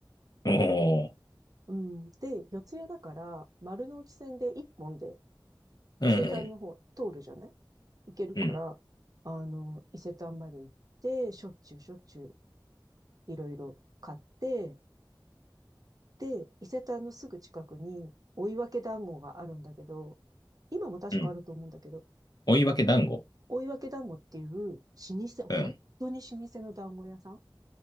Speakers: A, on the left; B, on the right.
A: おー、
B: うん。で、四谷だから、丸の内線で一本で
A: うんうん
B: 伊勢丹の方通るじゃない行けるから、
A: うん
B: あの、伊勢丹まで行って、しょっちゅうしょっちゅういろいろ買って、で、伊勢丹のすぐ近くに追分団子があるんだけど、今も確かあると思うんだけど、
A: うん。追い分け団子。
B: うん、追分団子っていう老舗、
A: うん。
B: 本当に老舗の団子屋さん